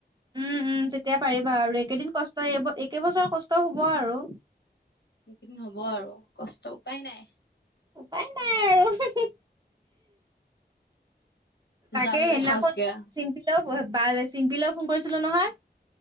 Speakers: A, on the right; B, on the left.
A: উম, উম, তেতিয়া পাৰিবা আৰু, একেদিন কষ্ট, এই কেবছৰ কষ্ট হ'ব আৰু
B: এইকেই দিন হ'ব আৰু কষ্ট, উপায় নাই।
A: উপায় নাই আৰু, হেহে। তাকে,
B: জাল মে
A: সেইদিনাখন
B: ফাচ গয়া অ
A: চিম্পিলৈ, বালৈ, চিম্পিলৈ ফোন কৰিছিলো নহয়।